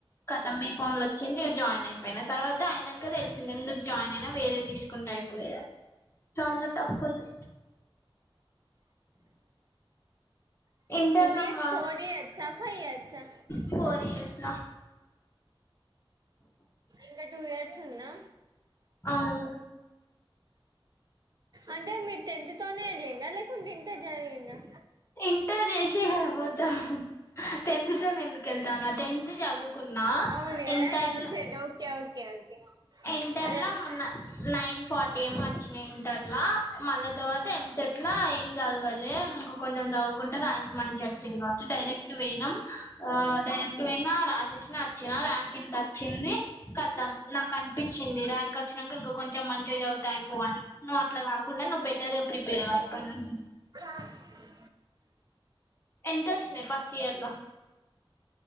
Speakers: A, on the left; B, on the right.
A: కతం బీఫామ్ లా. వచ్చింది జాయిన్ అయిపోయిన తర్వాత ఆయినంక తెలిసింది ఎందుకు జాయిన్ అయినా వేరేది తీసుకుంటే అయిపోయే. చానా టఫ్ ఉంది. ఇంటర్ల
B: ఇయర్స్
A: అమ్మా
B: ఫోర్ ఇయర్సా ఫైవ్ ఇయర్సా
A: ఫోర్ ఇయర్స్లా.
B: ఇంకా టూ ఇయర్స్ ఉందా.
A: అవును.
B: అంటే మీరు టెన్త్ తోనే వెళ్ళిండ్రా లేకుంటే ఇంటర్ జాయిన్ అయ్యిండ్రా.
A: ఇంటర్ చేసే కదా పోతాం టెన్త్ తో ఎందుకు వేళ్తాం రా టెన్త్ చదువు. కున్నా
B: అవును కదా
A: ఇంటర్లా
B: ఎంసెట్ ఓకే ఓకే ఓకే
A: ఇంటర్ల
B: అదే
A: మన. నైన్ ఫార్టీ ఏమో వచ్చినాయి ఇంటర్లా మళ్ళా తర్వాత ఎంసెట్ ల ఏం చదవాలే ఇంకా. కొంచెం చదువుకుంటే ర్యాంక్ మంచిగోచ్చది కావచ్చు డైరెక్ట్ పోయినాం ఆహ్ డైరెక్ట్ పోయినా రాసి. రాసిన వచ్చిన ర్యాంక్ ఇంత వచ్చింది కద్దా నాకు అనిపించింది ర్యాంక్ వచ్చినాంక ఇంక కొంచెం మం. మంచిగా చదువుతే అయిపోవు అని నువ్వు అట్లా కాకుండా నువ్వు బెటర్గా ప్రిపేర్గా ఇప్పటినుంచి.
B: పెట్టినాను.
A: ఎంత వచ్చినాయి ఫస్ట్ ఇయర్ లో.